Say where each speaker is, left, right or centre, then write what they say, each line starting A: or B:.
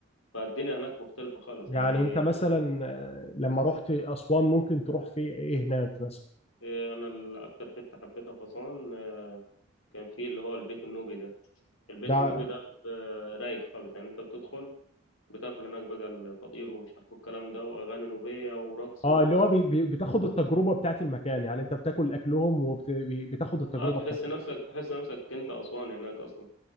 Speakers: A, on the left; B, on the left.
A: فالدنيا هناك مختلفة خالص
B: يعني
A: يعني
B: انت مثلا آه، لما رحت اسوان ممكن تروح في ايه هناك مثلا
A: إيه، أنا ال- أكتر حتة حبيتها في أسوان آه، كان فيه اللي هو البيت النوبي ده البيت
B: ده
A: النوبي ده آه، رايق خالص يعني أنت بتدخل بتاكل هناك بقى الفطير ومش عارف الكلام ده وأغاني نوبية ورقص
B: اه
A: و...
B: اللي هو بي بي بتاخد التجربه بتاعت المكان يعني انت بتاكل اكلهم وبتاخد التجربه
A: اه تحس
B: بتاعت
A: نفسك تحس نفسك انت اسواني هناك اصلا